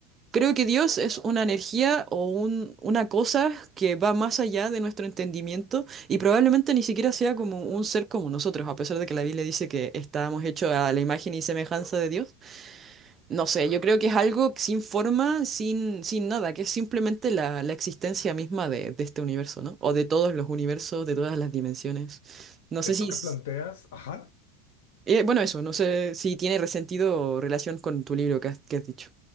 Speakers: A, on the right; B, on the left.
A: Creo que Dios es una energía o un- una cosa que va más allá de nuestro entendimiento y probablemente ni siquiera sea como un ser como nosotros, a pesar de que la Biblia dice que estábamos hechos a la imagen y semejanza de Dios. No sé, yo creo que es algo sin forma, sin, sin nada, que es simplemente la, la existencia misma de, de este universo, ¿no? O de todos los universos, de todas las dimensiones. No sé
B: Esto
A: si...
B: que
A: es-
B: planteas, ajá.
A: Eh, bueno, eso, no sé si tiene resentido o relación con tu libro que has que has dicho.